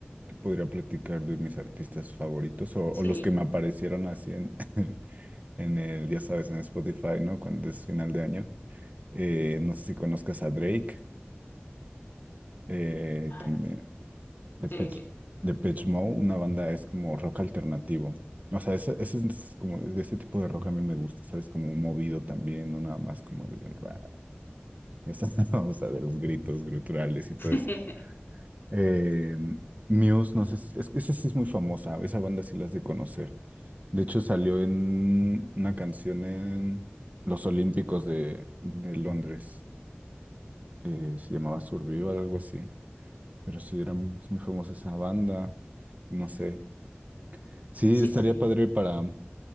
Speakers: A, on the right (about 40°); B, on the left (about 55°).
A: te podría platicar de mis artistas favoritos o,
B: sí,
A: o los que me aparecieron así en, <laughs> en el, ya sabes, en Spotify, ¿no? Cuando es final de año. Eh, no sé si conozcas a Drake, eh,
B: ah,
A: también Depeche,
B: sí, sí.
A: Depeche Mode, una banda es como rock alternativo. O sea, ese, ese es como de ese tipo de rock a mí me gusta, ¿sabes? Como movido también, no nada más como el, el rap, ya sabes, <laughs> o sea, de los gritos gruturales y todo
B: <laughs>
A: eso. Eh, Muse, no sé, si- es que esa sí es muy famosa, esa banda sí la has de conocer. De hecho, salió en una canción en los Olímpicos de, de Londres, eh, se llamaba Survival, algo así, pero sí era muy muy famosa esa banda, no sé. Sí,
B: Sí,
A: estaría
B: sí,
A: padre para un